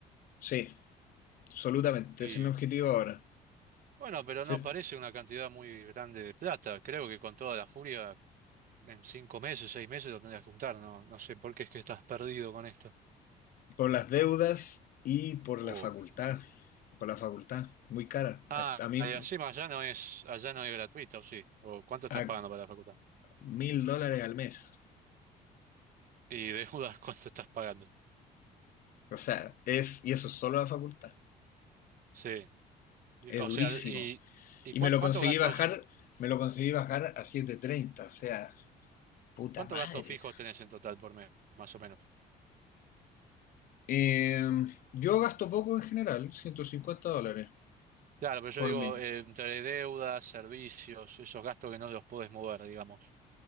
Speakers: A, on the left (about 55°); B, on the right (about 55°).
A: Sí, absolutamente.
B: y
A: Ese es mi objetivo ahora.
B: bueno, pero no
A: Sí.
B: parece una cantidad muy grande de plata. Creo que con toda la furia, en cinco meses, seis meses lo tendrías que juntar. No, no sé por qué es que estás perdido con esto.
A: Por las deudas y por
B: O,
A: la facultad. Por la facultad. Muy cara.
B: ah,
A: A, a mí,
B: y encima allá no es, allá no es gratuita, ¿o sí? ¿O cuánto estás
A: a
B: pagando para la facultad?
A: mil dólares al mes.
B: Y deudas, <laughs> ¿cuánto estás pagando?
A: O sea, es. Y eso es solo la facultad.
B: Sí. Y-
A: Es
B: O
A: durísimo.
B: sea, y, y
A: Y
B: cuán-
A: me lo
B: cuántos
A: conseguí
B: gastos
A: bajar. Me lo conseguí bajar a 7.30. O sea, puta
B: ¿Cuántos
A: madre.
B: gastos fijos tenés en total por mes, más o menos?
A: Eh, yo gasto poco en general. 150 dólares
B: Claro, pero yo
A: por
B: digo,
A: mí.
B: eh, entre deudas, servicios, esos gastos que no los podés mover, digamos,